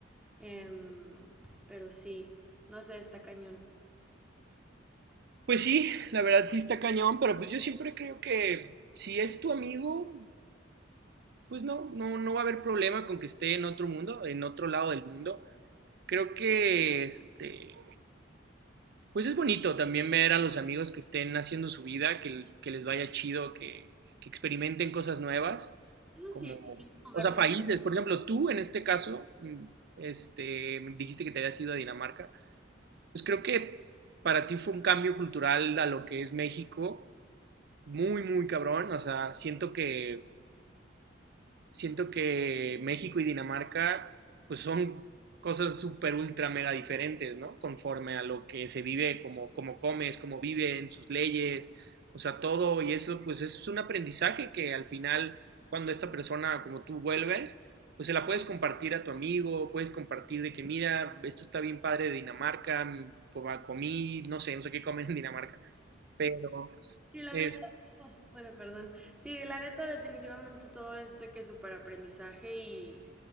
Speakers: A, in the centre; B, on the right.
A: Em, pero sí, no sé, está cañón.
B: Pues sí, la verdad sí está cañón, pero pues yo siempre creo que si es tu amigo, pues no, no, no va a haber problema con que esté en otro mundo, en otro lado del mundo. creo que este, pues es bonito también ver a los amigos que estén haciendo su vida, que, que les vaya chido, que, que experimenten cosas nuevas,
A: Eso
B: como,
A: sí, también como
B: o
A: verlo.
B: sea, países, por ejemplo, tú en este caso, mm, este, dijiste que te habías ido a Dinamarca, pues creo que para ti fue un cambio cultural a lo que es México, muy, muy cabrón, o sea, siento que siento que México y Dinamarca pues son cosas súper ultra mega diferentes, ¿no? Conforme a lo que se vive, como, como comes, cómo viven, sus leyes, o sea, todo y eso pues es un aprendizaje que al final cuando esta persona como tú vuelves, pues se la puedes compartir a tu amigo, puedes compartir de que mira, esto está bien padre de Dinamarca, com- comí, no sé, no sé qué comen en Dinamarca, pero pues,
A: Sí, la
B: es,
A: neta, bueno, perdón. Sí, la neta definitivamente todo es de que súper aprendizaje y,